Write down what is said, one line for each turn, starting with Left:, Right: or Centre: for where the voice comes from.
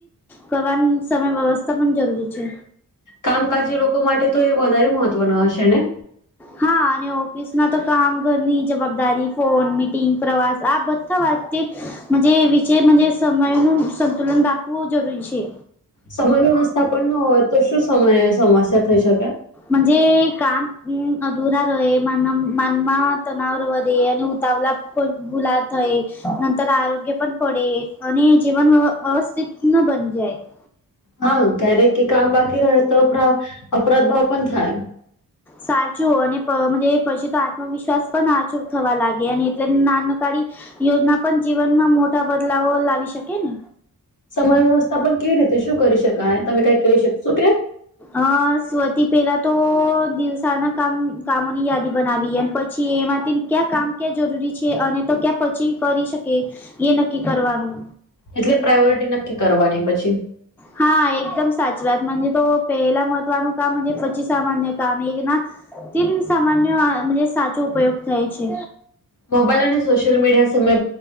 Centre: કરવાન સમય વ્યવસ્થા પણ જરૂરી છે.
Left: કામ કાજ લોકો માટે તો એ વધારે મહત્વનુ હશે ને?
Centre: હા, અને ઓફિસમાં તો કામ ઘરની જવાબદારી ફોન, મીટિંગ, પ્રવાસ આ બ અથવા તે વિશે સમયનું સંતુલન રાખવું જરૂરી છે.
Left: સમય વ્યવસ્થા પણ ન હોય તો શું સમયે સમસ્યા થઈ શકે?
Centre: મજે કામ અધુરા રહે માનમ માનમાં તનાવ વધે અને ઉતાવલા ભુલાદ થય નંતર આરોગ્ય પણ પડે અને જીવન વ્યવસ્થિત ન બની જાય. <inaudible>
Left: હા, ક્યારેક કામ બાકી રહે તો અ અપરાધ ભાવ પણ થાય.
Centre: સાચું અને પછી તો આત્મવિશ્વાસ પણ આચો થવા લાગે અને એટલે નાન કાઢી યોજના પણ જીવનમાં મોટા બદલાવો લાવી શકે ને.
Left: સમય વ્યવસ્થા પણ કેવી રીતે શું કરી શકાય તમે કઈ કહી શકશો કે?
Centre: અ સ્વતી પેલા તો દિવસાના કામ કામોની યાદી બનાવીએ પ છીએ એમાંથી ક્યાં કામ ક્યાં જરૂરી છે અને તો ક્યાં પછી કરી શકે. એ નક્કી કરવાનું.
Left: એટલે પ્રાયોરિટી નક્કી કરવાની પછી.
Centre: હા, એકદમ સાચી વાત તો પહેલા મહત્વનું કામ પછી સામાન્ય કામ એક ના તે સામાન્ય સાચો ઉપયોગ થાય છે.
Left: મોબાઈલ અને સોશિયલ મીડિયા સામે